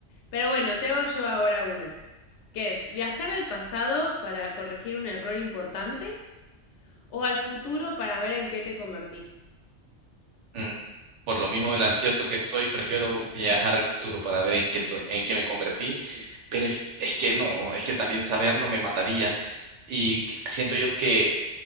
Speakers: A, on the left; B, on the right.
A: Pero bueno, te hago yo ahora una, que es viajar al pasado para corregir un error importante o al futuro para ver en qué te convertís.
B: Mm, por lo mismo del ansioso que soy, prefiero viajar al futuro para ver en qué soy, en qué me convertí, pero es, es que no, es que también saberlo me mataría y siento yo que...